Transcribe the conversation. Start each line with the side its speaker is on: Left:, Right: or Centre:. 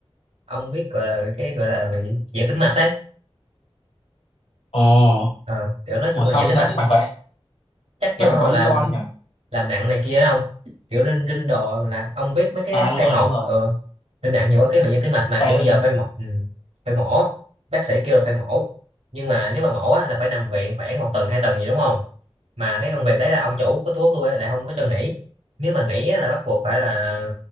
Right: ông biết gọi là cái gọi là bị giãn tĩnh mạch ấy
Left: Ồ,
Right: Ờ, kiểu nói chung
Left: ủa
Right: là
Left: sao
Right: giãn
Left: bị
Right: tĩnh
Left: giãn
Right: mạch
Left: tĩnh
Right: Ừ,
Left: mạch vậy?
Right: chắc kiểu
Left: Chắc
Right: là
Left: phải có lý do chứ nhỉ?
Right: làm nặng này kia không kiểu rinh rinh đồ là ông biết mấy cái
Left: À đúng
Right: khai
Left: rồi,
Right: hộp
Left: đúng rồi.
Right: ờ rinh nặng nhiều quá cái bệnh nhân tim mạch mà
Left: Thay,
Right: kiểu bây giờ phải mổ ừ, phải mổ bác sĩ kêu là phải mổ nhưng mà nếu mà mổ á, là phải nằm viện khoảng một tuần hai tuần gì đúng không mà cái công việc đấy là ông chủ của thuốc tôi á, lại không có cho nghỉ nếu mà nghỉ á là bắt buộc phải là